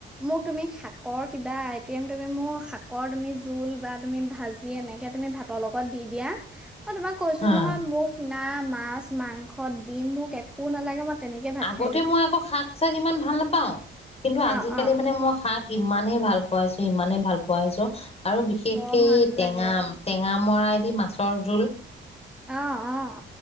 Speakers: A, in the centre; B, on the left.
A: মোক তুমি শাকৰ কিবা আইতেম তুমি মোক, শাকৰ কিবা জোল বা তুমি ভাজি এনেকে তুমি ভাতৰ লগত দিয়া মই তোমাক কৈছো
B: হা
A: নহয়, মোক না মাছ-মাংস মুখত দিম মোক একো নালাগে মই তেনেকেইে ভাত
B: আগতে
A: খাই দিম।
B: মই আকৌ শাক-চাক ইমান ভাল নাপাওঁ, কিন্তু আজি-কালি
A: অ অ
B: মানে মই শাক ইমানেই ভাল পোৱা হৈছো, ইমানেই ভাল পোৱা হৈছো আৰু বিশেষকে
A: বৰ ভাল
B: এই টেঙা,
A: লাগে
B: টেঙা অমৰাই দি মাছৰ জোল।
A: অ' অ'।